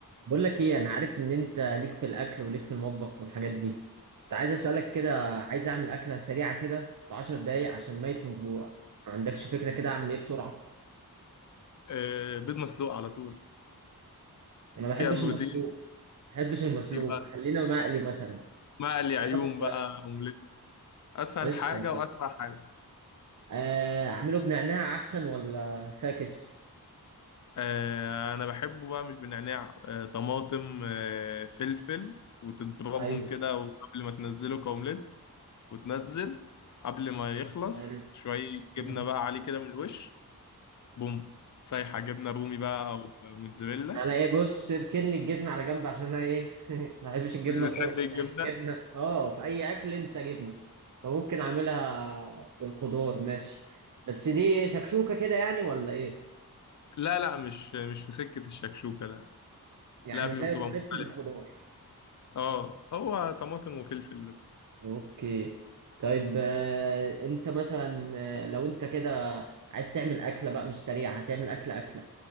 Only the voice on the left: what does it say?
آه، بيض مسلوق على طول
فيها بروتين
يبقى
مقلي عيون
بقى اومليت اسهل
حاجه
واسرع حاجه
آه، انا بحبه بقى مش بنعناع آه، طماطم آه، فلفل وتضربهم
كده وقبل ما تنزله كاومليت وتنزل قبل ما يخلص
شويه جبنه
بقى عليه كده من الوش بوم سايحه جبنه رومي بقى او موتزاريلا
مش
بتحب الجبنه
لا لا مش مش في سكه الشكشوكه لا
لا
بتبقى
مختلفه
اه هو طماطم وفلفل بس